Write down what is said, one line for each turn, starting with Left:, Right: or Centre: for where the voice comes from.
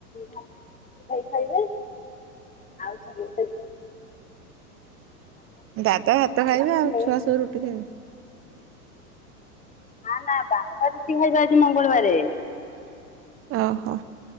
Left: ଭା ଭାଇ ଖାଇବେ ଆଉ ସମସ୍ତେ ରୁଟି।
Right: ଦାଦା ଭାତ ଖାଇବେ
Left: ମୁଁ
Right: ଆଉ ଛୁଆ ସବୁ ରୁଟି ଖାଇବେ।
Left: ନା ନା ବାପା ରୁଟି ଖାଇବେ ଆଜି ମଙ୍ଗଳବାର।
Right: ଅହ।